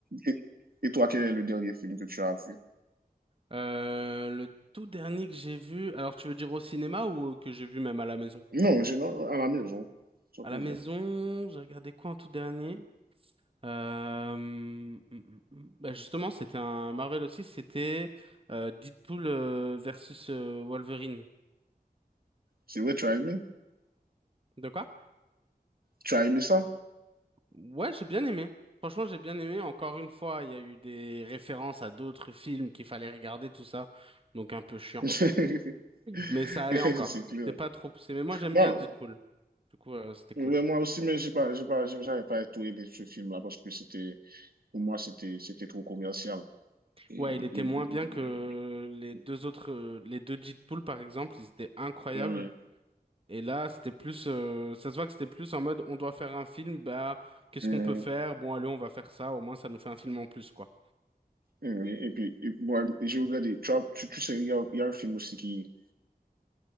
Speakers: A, on the right (about 65°); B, on the right (about 35°).
A: et, et toi, quel est le dernier film que tu as vu?
B: Euh, le tout dernier que j'ai vu, alors tu veux dire au cinéma ou euh, que j'ai vu même à la maison?
A: Non, j'ai- non, à la maison, sans
B: À
A: problème.
B: la maison, j'ai regardé quoi en tout dernier? Euh... hum, hum, hum. Ben, justement, c'était un Marvel aussi, c'était euh, Deadpool euh, versus euh, Wolverine.
A: C'est vrai, tu as aimé?
B: De quoi?
A: Tu as aimé ça?
B: Ouais, j'ai bien aimé. Franchement, j'ai bien aimé. Encore une fois, il y a eu des références à d'autres films qu'il fallait regarder, tout ça. Donc un peu chiant.
A: <laughs>
B: Mais ça allait
A: C'est
B: encore.
A: clair.
B: C'était pas trop poussé. Mais moi, j'aime
A: Moi,
B: bien Deadpool. Du coup, euh, c'était
A: ouais,
B: cool.
A: moi aussi, mais j'ai pas, j'ai pas, j'ai- j'avais pas tout aimé ce film-là parce que c'était, pour moi, c'était, c'était trop commercial. Et-
B: Ouais, il était
A: et-
B: moins bien que les
A: oui,
B: deux autres, euh, les deux Deadpool, par exemple. Ils étaient incroyables.
A: oui,
B: Et là, c'était plus, euh, ça se voit que c'était plus en mode, on doit faire un film, bah, qu'est-ce
A: oui,
B: qu'on peut faire? Bon, allez, on va faire ça. Au moins, ça nous fait un film en plus, quoi.
A: oui. Et puis, et moi, j'ai regardé, tu, as- tu, tu sais, il y a, il y a un film aussi qui,